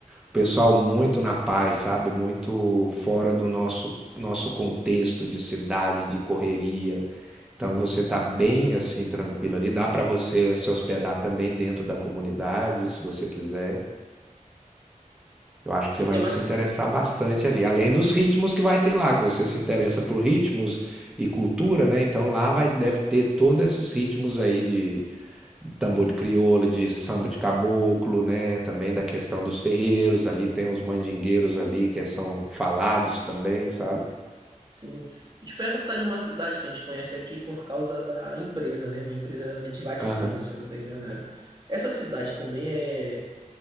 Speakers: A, in the centre; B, on the right.
A: O pessoal muito na paz, sabe? Muito fora do nosso, nosso contexto de cidade, de correria. Então você tá bem assim tranquilo ali. Dá para você se hospedar também dentro da comunidade, se você quiser. Eu acho
B: Sim,
A: que você vai
B: tem uma,
A: se
B: ci-
A: interessar bastante ali. Além dos ritmos que vai ter lá, que você se interessa por ritmos e cultura, né? Então lá vai, deve ter todos esses ritmos aí de, tambor de crioula, de samba de caboclo, né? Também da questão dos terreiros, ali tem uns mandingueiros ali que são falados também, sabe?
B: Sim. Eu te perguntar de uma cidade que a gente conhece aqui por causa da empresa, né? Uma empresa de laticínio,
A: Aham.
B: se eu não estou enganado. Essa cidade também é,